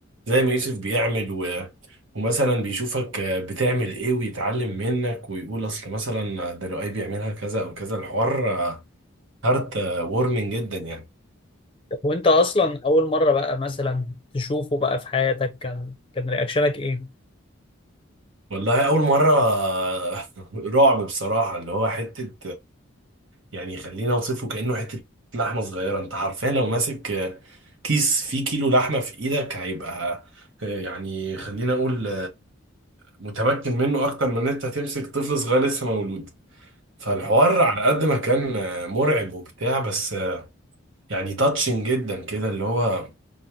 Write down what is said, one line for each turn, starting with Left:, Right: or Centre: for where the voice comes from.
Right: زي ما يوسف بيعمل و... ومثلا بيشوفك بتعمل ايه ويتعلم منك ويقول اصل مثلا ده لو اي بيعملها كذا او كذا الحوار هارت وورمنج جدا يعني
Left: طب وانت اصلا اول مره بقى مثلا تشوفه بقى في حياتك كان كان رياكشنك ايه
Right: والله اول مره <laughs> رعب بصراحه اللي هو حته يعني خلينا اوصفه كانه حته لحمه صغيره انت حرفيا لو ماسك كيس فيه كيلو لحمه في ايدك هيبقى يعني خلينا اقول متمكن منه اكتر من ان انت هتمسك طفل صغير لسه مولود فالحوار على قد ما كان آه، مرعب وبتاع بس آه، يعني تاتشنج جدا كده اللي هو